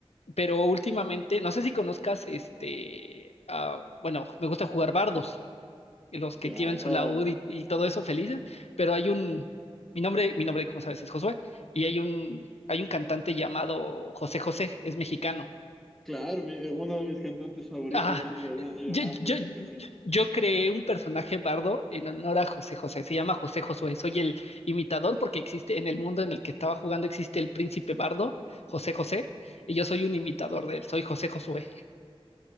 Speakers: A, on the left (about 80°); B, in the centre.
A: Pero últimamente, no sé si conozcas este, ah, bueno, me gusta jugar bardos, los
B: Ya,
A: que tienen su
B: oh.
A: laúd y, y todo eso felices, pero hay un, mi nombre, mi nombre, como sabes, es Josué, y hay un, hay un cantante llamado José José, es mexicano.
B: Claro, mi- eh, uno de mis cantantes favoritos,
A: Ah,
B: sin duda alguna. Yo
A: Yo,
B: amo
A: yo,
B: sus canciones.
A: yo- creé un personaje bardo en honor a José José. Se llama José Josué. Soy el imitador porque existe en el mundo en el que estaba jugando, existe el príncipe bardo, José José, y yo soy un imitador de él. Soy José Josué.